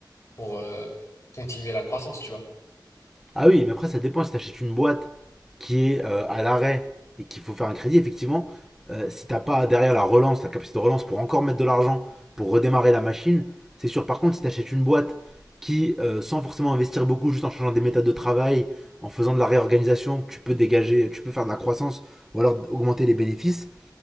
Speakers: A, on the left (about 40°); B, in the centre.
A: pour euh, continuer la croissance, tu vois.
B: Ah oui, mais après, ça dépend si tu achètes une boîte qui est euh, à l'arrêt et qu'il faut faire un crédit, effectivement, euh, si t'as pas derrière la relance, la capacité de relance pour encore mettre de l'argent pour redémarrer la machine, c'est sûr. Par contre, si t'achètes une boîte qui, euh, sans forcément investir beaucoup, juste en changeant des méthodes de travail, en faisant de la réorganisation, tu peux dégager, tu peux faire de la croissance ou alors augmenter les bénéfices,